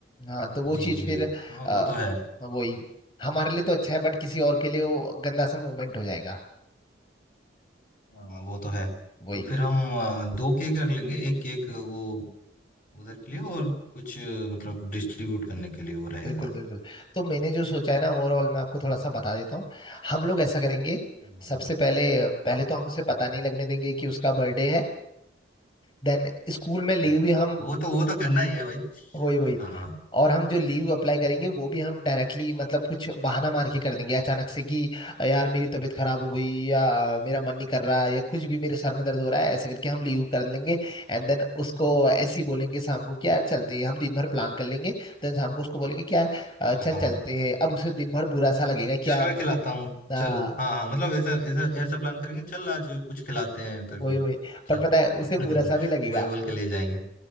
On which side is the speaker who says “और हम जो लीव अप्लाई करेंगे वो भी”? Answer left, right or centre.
Left